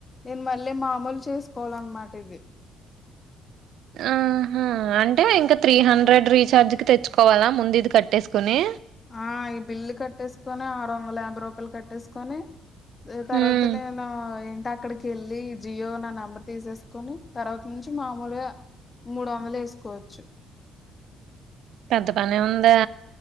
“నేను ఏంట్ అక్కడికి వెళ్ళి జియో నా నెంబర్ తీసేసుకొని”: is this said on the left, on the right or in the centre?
Left